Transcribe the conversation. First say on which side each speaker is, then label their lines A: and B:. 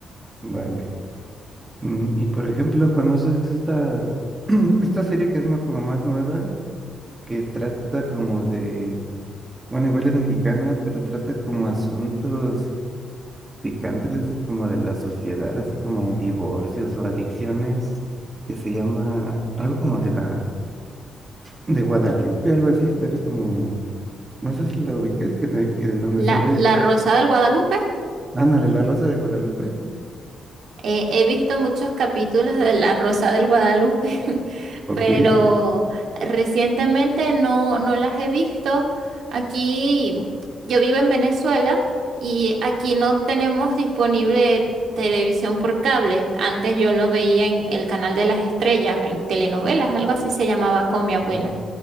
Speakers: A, on the right; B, on the right.
A: vale. Mm, Y por ejemplo, ¿conoces esta, <clears throat> esta serie que es más- como más nueva, que trata como de Bueno, igual es mexicana, pero trata como asuntos picantes como de la sociedad, así como divorcios o adicciones, que se llama algo como de la de Guadalupe, algo así, historias como, no sé si la ubiques, que, de- que de donde
B: La,
A: sale,
B: la Rosa del Guadalupe.
A: ándale, la Rosa de Guadalupe.
B: Eh, he visto muchos capítulos de La Rosa del Guadalupe, <laughs>
A: Ok.
B: pero recientemente no, no las he visto. Aquí yo vivo en Venezuela y aquí no tenemos disponible televisión por cable. Antes yo lo veía en el canal de las estrellas, en telenovelas, algo así se llamaba con mi abuela.
A: Ujú.